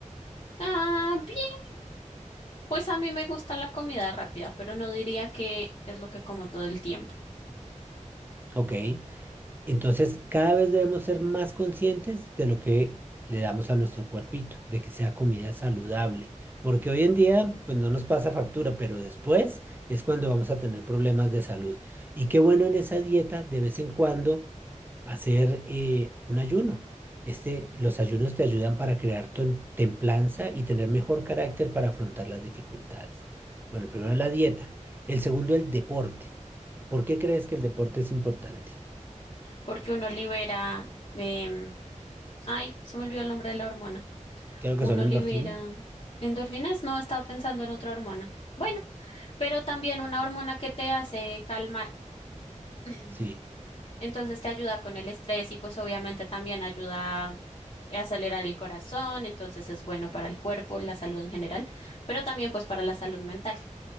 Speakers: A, on the left (about 45°); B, on the right (about 15°).
A: Ah, bien. Pues a mí me gusta la comida rápida, pero no diría que es lo que como todo el tiempo,
B: Ok. Entonces, cada vez debemos ser más conscientes de lo que le damos a nuestro cuerpito, de que sea comida saludable. Porque hoy en día, pues no nos pasa factura, pero después es cuando vamos a tener problemas de salud. Y qué bueno en esa dieta, de vez en cuando hacer eh, un ayuno. Este, los ayunos te ayudan para crear tem- templanza y tener mejor carácter para afrontar las dificultades. Bueno, el primero es la dieta, el segundo el deporte. ¿Por qué crees que el deporte es importante?
A: porque uno libera, em, ay, se me olvidó el nombre de la hormona.
B: Creo
A: Uno
B: que son endorfinas.
A: libera endorfinas, no, estaba pensando en otra hormona. Bueno. pero también una hormona que te hace calmar. <clears throat>
B: Sí.
A: Entonces te ayuda con el estrés y pues obviamente también ayuda a acelerar el corazón, entonces es bueno para el cuerpo, la salud en general, pero también pues para la salud mental.